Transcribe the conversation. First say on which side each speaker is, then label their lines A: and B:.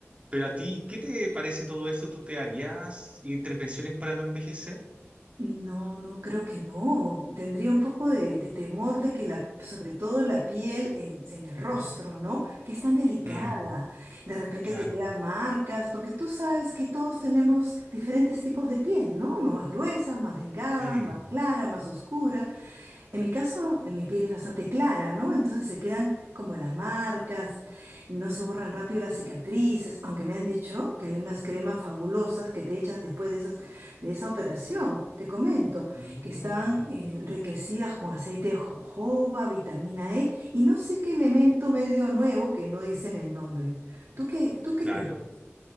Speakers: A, on the right; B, on the right.
A: Pero a ti, ¿qué te parece todo eso? ¿Tú te harías intervenciones para no envejecer?
B: No, no, creo que no. Tendría un poco de, de temor de que la, sobre todo la piel en, en el rostro,
A: Ujú.
B: ¿no? Que es tan Mm. delicada
A: Mm,
B: de repente
A: claro.
B: te quedan marcas, porque tú sabes que todos tenemos diferentes tipos de piel, ¿no? Unos más gruesas, más delgadas,
A: Mm,
B: más clara, más oscura. En mi caso, eh, mi piel es bastante clara, ¿no? Entonces se quedan como las marcas, no se borran rápido las cicatrices, aunque me han dicho que hay unas cremas fabulosas que te echas después de esas, de esa operación, te comento,
A: mm,
B: que están eh, enriquecidas con aceite de jojoba, vitamina E y no sé qué elemento medio nuevo que no dicen el nombre. ¿Tú qué, tú qué
A: claro.
B: piensas?